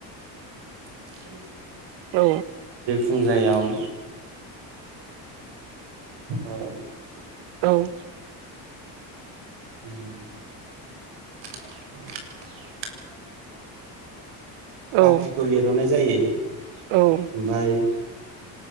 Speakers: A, on the right; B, on the right.
A: <unintelligible>
B: औ।
A: फुंजायाव <unintelligible>
B: औ।
A: उम। <unintelligible> बाख्रिखौ
B: औ
A: लिर'नाय जायो। ओमफाय
B: औ